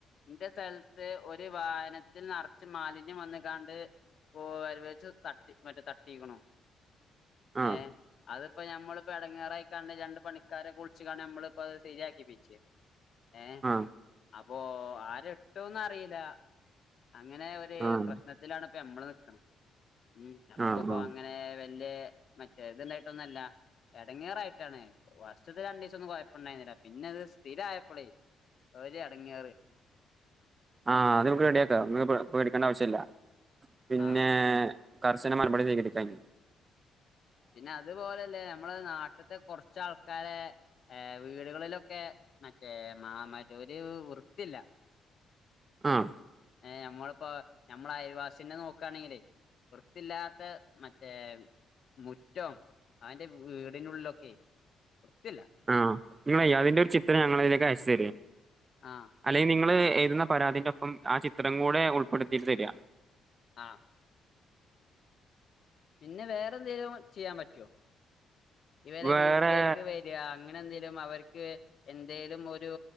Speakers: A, on the left; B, on the right.
A: ഇന്റെ സ്ഥലത്ത് ഒരു വാഹനത്തിൽ നറ്ച്ചും മാലിന്യം വന്ന്ക്കാണ്ട്- കോല് വച്ച് തട്ടിപ് മറ്റേ തട്ടീക്ക്ണു.
B: ആ
A: ഏഹ് അതിപ്പോ ഞമ്മളിപ്പോ എടങ്ങാറായിക്കാണ്ട് രണ്ട് പണിക്കാരെ വിളിച്ച്ക്കാണ്ട് നമ്മളിപ്പത് ശരിയാക്കിപ്പിച്ച്. ഏഹ്
B: ആ
A: അപ്പോ ആര് ഇട്ടൂന്നറിയില്ല. അങ്ങനെ ഒരു
B: ആഹ്
A: പ്രശ്നത്തിലാണ് ഇപ്പൊ നമ്മള് നിക്ക്ണെ. ഉം നമ്മുക്കിപ്പോ
B: ആഹ് ആഹ്
A: അങ്ങനെ വല്യേ മറ്റേ ഇത് ഉണ്ടായിട്ടൊന്നൊല്ല. എടങ്ങേറായിട്ടാണ്. ഫസ്‌റ്റത്തെ രണ്ടീസൊന്നും കൊഴപ്പണ്ടായിരുന്നില്ല. പിന്നെ അത് സ്ഥിരം ആയപ്പളേ. ഒര് എടങ്ങേറ്.
B: ആഹ് അത് അമക്ക് റെഡിയാക്കാം. നിങ്ങള് പേ പേടിക്കേണ്ട ആവശ്യല്ല. പിന്നേ
A: ആ
B: കർശന മറുപടി സ്വീകരിക്കാൻ.
A: പിന്നെ അതുപോലെല്ലേ നമ്മളെ നാട്ടിത്തെ കൊറ്ച്ചാൾ ക്കാരെ ഏഹ് വീടുകളിലൊക്കെ മറ്റേ മാ മറ്റ ഒരു വൃത്തിയില്ല.
B: ആഹ്.
A: ഏഹ് അമ്മളിപ്പോ ഞമ്മളെ അയൽവാസിന്റെ നോക്കാണെങ്കിലേ വൃത്തിയില്ലാത്ത മറ്റേ മുറ്റം അവന്റെ വീടിനുള്ളിലൊക്കെ വൃത്തിയില്ല.
B: ആഹ് നിങ്ങളെയ് അതിന്റെ ഒരു ചിത്രം ഞങ്ങളെതിലേക്ക് അയച്ചു തരീ.
A: ആഹ്
B: അല്ലെങ്കിൽ നിങ്ങള് എഴുതുന്ന പരാതീന്റെ ഒപ്പം ആ ചിത്രം കൂടെ ഉൾപ്പെടുത്തിയിട്ട് തരാ.
A: ആഹ്. പിന്നെ വേറെ എന്തേലും ചെയ്യാൻ പറ്റോ? ഇവരെ
B: വേറെ
A: വീട്ടിലേക്ക് വരാ. അങ്ങനെ എന്തെലും അവർ ക്ക് എന്തേലും ഒരു